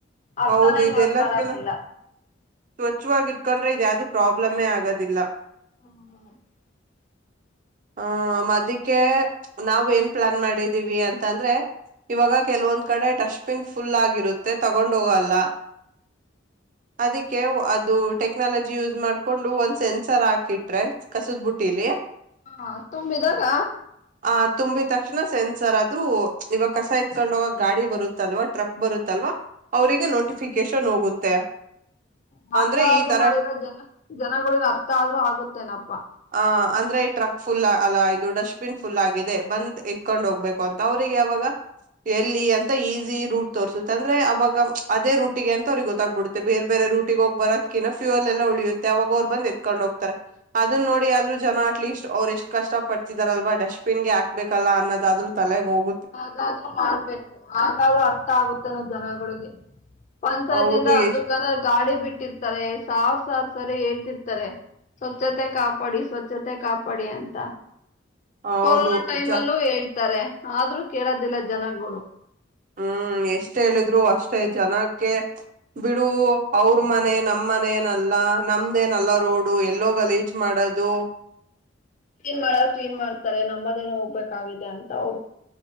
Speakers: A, on the left (about 40°); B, on the right (about 40°).
A: ಅರ್ಥನೇ
B: ಹೌದು ಇದೆಲ್ಲದಕನಾ
A: ಮಾಡ್ಕಳದಿಲ್ಲ
B: ಸ್ವಚ್ಛವಾಗಿಟ್ಕೊಂಡ ರದೆ ಅದು <unintelligible> ಪ್ರಾಬ್ಲಮ್ಮೇ ಆಗೋದಿಲ್ಲ
A: ಹ್ಮ
B: ಅ ಅದಕ್ಕೆ ನಾವವು ಏನ್ ಪ್ಲಾನ್ ಮಾಡಿದ್ದೀವಿ ಅಂತಂದ್ರೆ ಇವಾಗ ಕೆಲವೊಂದ್ ಕಡೆ ಡಸ್ಟ್ಬಿನ್ ಫುಲ್ ಆಗಿರುತ್ತೆ ತಗೊಂಡ್ ಹೋಗಲ್ಲ ಅದಕ್ಕೆ ಅದು ಟೆಕ್ನಾಲಜಿ ಯೂಸ್ ಮಾಡ್ಕೊಂಡು ಒಂದ್ ಸೆನ್ಸರ್ ಹಾಕಿಟ್ರೆ ಕಸದ್ಬುಟ್ಟಿಲಿ
A: ಹಾ ತುಂಬಿದಾಗ
B: ಆ ತುಂಬಿದ ತಕ್ಷಣ ಸೆನ್ಸರ್ ಆದ್ರೂ ಇವಾಗ ಕಸ ಇತ್ಕೊಂಡೋಗ ಗಾಡಿ ಬರುತ್ತಲ್ವಾ ಟ್ರಕ್ ಬರುತ್ತಲ್ವಾ ಅವ್ರಿಗೆ ನೋಟಿಫಿಕೇಶನ್ ಹೋಗುತ್ತೆ
A: ಮಾತಾಡಾದ್ರು
B: ಅಂದ್ರೆ ಈ ತರ
A: ಮಾಡಿದರೆ ಜನ ಜನಗಳಿಗೆ ಅರ್ಥ ಆದ್ರೂ ಆಗುತ್ತೇನಪ್ಪಾ
B: ಆ ಅಂದ್ರೆ ಈ ಟ್ರಕ್ ಫುಲ್ ಅಲ್ಲ ಇದು ಡಸ್ಟ್ಬಿನ್ ಫುಲ್ ಆಗಿದೆ ಬಂದ್ ಎತ್ಕೊಂಡ್ ಹೋಗ್ಬೇಕು ಅಂತ ಅವ್ರಿಗೆ ಅವಾಗ ಎಲ್ಲಿ ಅಂತ ಈಸಿ ರೂಟ್ ತೋರ್ಸುತ್ತೆ ಅಂದ್ರೆ ಅವಾಗ ಅದೇ ರೂಟಿಗೆ ಅಂತ ಅವ್ರಿಗೆ ಗೊತ್ತಾಗ್ಬಿಡುತ್ತೆ ಬೇರೆ ಬೇರೆ ರೂಟಿಿಗೆ ಹೋಗಿ ಬರೋದಕಿಿನ ಫ್ಯಲ್ ಲ್ಲ ಉಳಿಯುತ್ತೆ ಅವಾಗ ಅವರು ಬಂದ ಎತ್ಕೊಂಡ್ ಹ್ತಾರೆ ಅದನ್ನ ನೋಡಿ ಆದ್ರೂ ಜನ ಅಟ್ ಲೀಸ್ಟ್ ಅವ್ರು ಎಷ್ಟ್ ಕಷ್ಟ ಪತಿದಾರಲ್ವಾ ಡಸ್ಟ್ ಬಿನ್ಗೆ ಹಾಕ್ಬೇಕಲ್ಲ ಅನ್ನೋದಾದ್ರೂ ತಲೆಗೆ ಹೋಗ
A: ಆಗಿದರೂ ಮಾಡ್ಬೇಕು ಹಾಗಾದೂ ಅರ್ಥ ಆಗುತ್ತೆನ ಜನಗಳಿಗೆ ಪಂಚಾಯತಿ
B: ಹೌದು
A: ಇಂದ
B: ಎಷ್ಟ್
A: ಅದಕ್ಕ ಗಾಡಿ ಬಿಟ್ಟಿರ್ತಾರೆ ಸಾವ ಸಾರ್ ಸರಿ ಹೇಳ್ತಿರ್ತಾರೆ ಸ್ವಚ್ಛತೆ ಕಾಪಾಡಿ ಸ್ವಚ್ಛತೆ ಕಾಪಾಡಿ ಅಂತ
B: ಹೌದು
A: ಕೊರೋನಾ ಟೈಮ್
B: ಜ
A: ಅಲ್ಲೂ ಎ ತಾರೆ ಆದ್ರೂ ಕೇಳದಿಲ್ಲ ಜನಗಳು.
B: ಹ್ಮ್ ಎಷ್ಟ ಹೇಳಿದ್ರು ಅಷ್ಟೇ ಜನಕ್ಕೆ ಬಿಡು ಅವ್ರ ಮನೆ ನಮ ಮನೇನಲ್ಲ ನಮ್ದೇನಲ್ಲ ರೋಡು ಎಲ್ಲ ಗ ಲೀಚ್ ಮಾಡದು.
A: ಕ್ಲೀನ್ ಮಾಡೋರು ಕ್ಲೀನ್ ಮಾಡ್ತಾರೆ ನಮ್ಮದೇನು ಹೋಗ್ಬೇಕಾಗಿದೆ ಅಂತ ಅವರು.